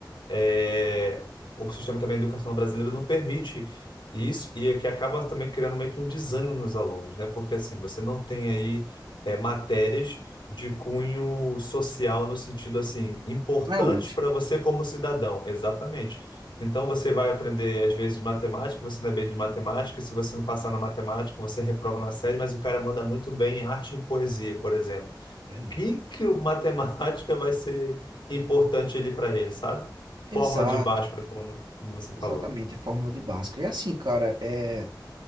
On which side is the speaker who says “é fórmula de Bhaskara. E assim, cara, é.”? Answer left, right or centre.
Right